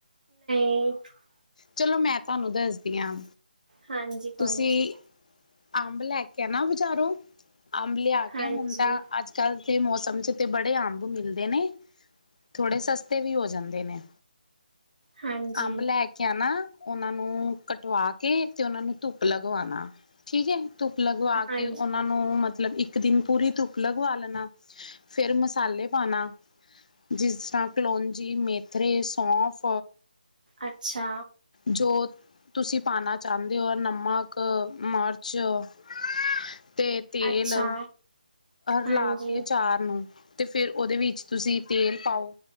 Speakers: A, on the right (about 60°); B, on the left (about 50°).
A: <unintelligible>
B: ਚਲੋ ਮੈਂ ਤੁਹਾਨੂੰ ਦੱਸਦੀ ਹਾਂ
A: ਹਾਂਜੀ ਕੋਈ
B: ਤੁਸੀਂ
A: ਨੀ
B: ਅੰਬ ਲੈਕੇ ਕਹਣਾ ਬੁਜ਼ਾਰੋ ਅੰਬ ਲਿਆ
A: ਹਾਂਜੀ
B: ਕੇ ਹੁਣ ਤਾਂ ਅੱਜ ਕੱਲ ਤੇ ਮੌਸਮ ਚ ਤੇ ਬੜੇ ਅੰਬ ਮਿਲਦੇ ਨੇ ਥੋੜੇ ਸਸਤੇ ਵੀ ਹੋ ਜਾਂਦੇ ਨੇ।
A: ਹਾਂਜੀ।
B: ਅੰਬ ਲੈ ਕੇ ਆਣਾ ਉਹਨਾਂ ਨੂੰ ਕਟਵਾ ਕੇ ਤੇ ਉਹਨਾ ਨੂੰ ਧੁੱਪ ਲਗਵਾਣਾ ਠੀਕ ਹੈ। ਧੁੱਪ ਲਗਵਾ ਕੇ
A: ਹਾਂਜੀ,
B: ਉਹਨਾਂ ਨੂੰ ਮਤਲਬ ਇੱਕ ਇੱਕ ਦਿਨ ਪੂਰੀ ਧੁੱਪ ਲਗਵਾ ਲੈਣਾ ਫਿਰ ਮਸਾਲੇ ਪਾਣਾ ਜਿਸ ਤਰ੍ਹਾਂ ਕਲੋਂਜੀ ਮੇਥਰੇ ਸੌਂਫ
A: ਅੱਛਾ।
B: ਜੋ ਤੁਸੀਂ ਪਾਉਣਾ ਚਾਹੁੰਦੇ ਹੋ ਨਮਕ ਮਿਰਚ ਅਤੇ ਤੇਲ।
A: ਅੱਛਾ, ਹਾਂਜੀ।
B: ਲਾ ਕੇ ਅਚਾਰ ਨੂੰ ਤੇ ਫਿਰ ਉਹਦੇ ਵਿੱਚ ਤੁਸੀਂ ਤੇਲ ਪਾਓ